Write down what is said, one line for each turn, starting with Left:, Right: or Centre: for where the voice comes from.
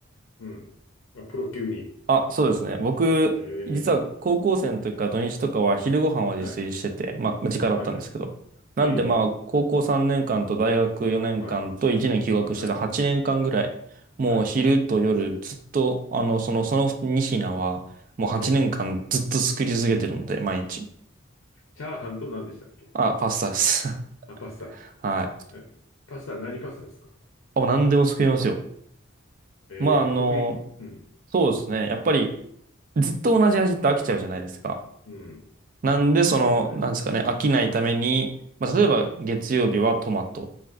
Left: うん。あ、プロ級に。
Right: あ、そうですね。僕、
Left: ええ、
Right: 実は高校生の時から土日とかは昼ご飯は自炊してて、
Left: はい、
Right: まあ、時間だったんですけど。
Left: はい、はい。
Right: なんでまあ、
Left: ええ、
Right: 高校3年間と大学4年間と1年休学してた8年間ぐらい、
Left: はい、はい、
Right: もう昼と夜ずっと、
Left: はい。
Right: あの、その、その2品は、
Left: うん
Right: もう8年間ずっと作り続けてるので、
Left: ええ、
Right: 毎日。
Left: チャーハンと何でしたっけ
Right: あ、パスタです。<laughs>
Left: あ、パスタ。
Right: はい。
Left: え、パスタ、何パスタですか
Right: あ、何でも作りますよ。
Left: えー、
Right: まあ、あの、
Left: 得意。うん。
Right: そうですね。やっぱり、ずっと同じ味って飽きちゃうじゃないですか。
Left: うん。
Right: なんで、その、
Left: そうですね。
Right: なんですかね、飽きないために、まあ、
Left: はい。
Right: 例えば月曜日はトマト。